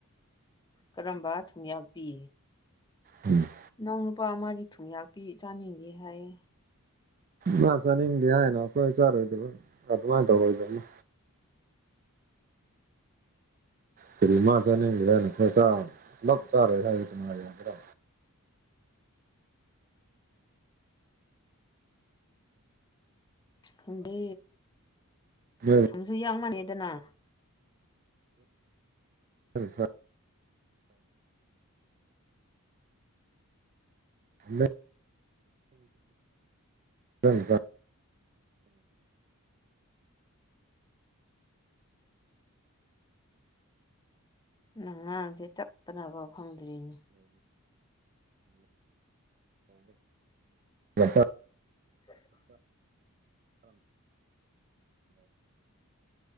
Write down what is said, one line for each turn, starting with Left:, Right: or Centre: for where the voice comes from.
Left: ꯀꯔꯝꯕ ꯊꯨꯝꯌꯥꯛ ꯄꯤ
Right: ꯎꯝ
Left: ꯏꯅꯥꯎ ꯅꯨꯄꯥ ꯑꯃꯗꯤ ꯊꯨꯝꯌꯥꯛꯄꯤ ꯆꯥꯅꯤꯡꯗꯦ ꯍꯥꯏꯌꯦ
Right: ꯃꯥ ꯆꯥꯅꯤꯡꯗꯦ ꯍꯥꯏꯅ ꯑꯩꯈꯣꯏ ꯆꯥꯔꯣꯏꯗꯕ ꯑꯗꯨꯃꯥꯏꯅ ꯇꯧꯔꯣꯏꯗꯕꯅꯤ ꯀꯔꯤꯃꯥ ꯆꯥꯅꯤꯡꯒ꯭ꯔꯅ ꯈꯣꯏ ꯆꯥ ꯂꯞ ꯆꯥꯔꯣꯏ ꯍꯥꯏꯕ ꯅꯨꯡꯉꯥꯏ ꯌꯥꯗ꯭ꯔꯥ
Left: ꯈꯪꯗꯦ
Right: ꯎꯝ
Left: ꯊꯨꯝꯁꯨ ꯌꯥꯛꯃꯜꯂꯦꯗꯅ
Right: ꯎꯝꯝ ꯝ <unintelligible>
Left: ꯅꯪ ꯉꯥꯡꯁꯦ ꯆꯞꯄꯗꯅꯕ ꯐꯪꯗ꯭ꯔꯤꯅꯤ
Right: ꯒ <unintelligible>
Left: UNINTELLIGIBLE